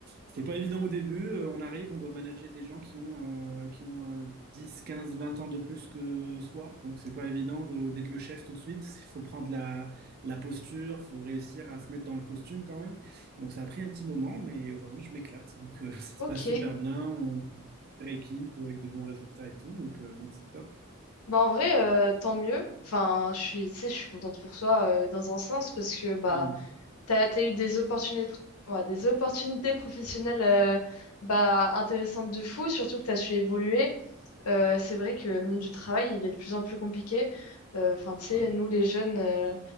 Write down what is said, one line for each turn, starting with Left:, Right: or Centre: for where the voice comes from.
Right: C'était pas évident au début. Euh, on arrive, on doit manager des gens qui ont, euh, qui ont euh, 10, 15, 20 ans de plus que soi. Donc c'est pas évident de- d'être le chef tout de suite. Il faut prendre la, la posture, il faut réussir à se mettre dans le costume quand même. Donc ça a pris un petit moment, mais aujourd'hui je m'éclate. Donc euh, <laughs> ça
Left: Ok.
Right: se passe super bien, on équipe avec de bons résultats et tout, donc euh, donc c'est top.
Left: Bah en vrai, euh, tant mieux. Enfin, je suis, tu sais, je suis contente pour toi euh, dans un sens parce que bah
Right: Et donc,
Left: t'as, t'as eu des opportunités, ouais, des opportunités professionnelles euh, bah, intéressantes de fou, surtout que t'as su évoluer. Euh, c'est vrai que le monde du travail, il est de plus en plus compliqué. Euh, Enfin, tu sais,
Right: ouais,
Left: nous les jeunes, euh,